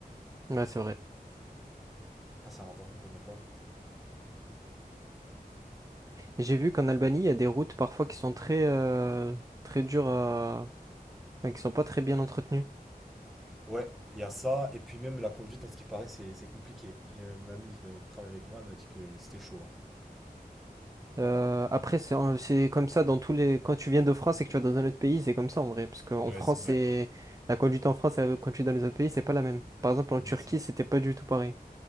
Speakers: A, on the right (about 20°); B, in the centre.
A: Ouais, c'est vrai.
B: ah, c'est un endroit qu'on connaît pas.
A: Et J'ai vu qu'en Albanie, il y a des routes parfois qui sont très, euh, très dures à... enfin, qui sont pas très bien entretenues.
B: Ouais, il y a ça, et puis même la conduite, à ce qui paraît, c'est c'est compliqué. J'ai euh, mon amie de- qui travaille avec moi, elle m'a dit que c'était chaud.
A: Euh, après, c'est en- c'est comme ça dans tous les... Quand tu viens de France et que tu vas dans un autre pays, c'est comme ça en vrai. Parce qu'en
B: hein.
A: France,
B: Ouais, c'est vrai.
A: c'est... La conduite en France et la conduite dans les autres pays, c'est pas la même. Par exemple, en
B: Ouais,
A: Turquie,
B: c'est vrai.
A: c'était pas du tout pareil.